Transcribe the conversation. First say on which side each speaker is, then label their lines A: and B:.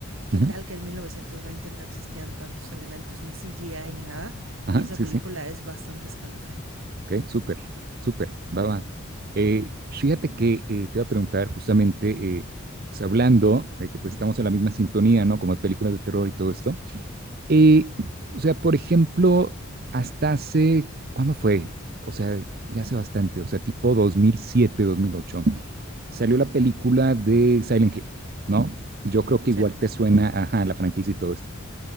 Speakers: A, on the right; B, on the right.
A: ¿Qué
B: ujú,
A: tal que en 1920 no existían tantos elementos, ni CGI ni nada?
B: ajá,
A: Y esa
B: sí,
A: película
B: sí.
A: es bastante escalofriante.
B: Ok, súper, súper, va, va. Eh, fíjate que eh, te iba a preguntar justamente, eh, pues hablando de que pues estamos en la misma sintonía, ¿no? Como de películas de terror y todo esto. Eh, o sea, por ejemplo, hasta hace, ¿cuándo fue? O sea, ya hace bastante, o sea, tipo dos dos mil siete, dos mil ocho, salió la película de Silent Hill, ¿no? Yo creo que
A: Sí.
B: igual te suena, ajá, la franquicia y todo esto.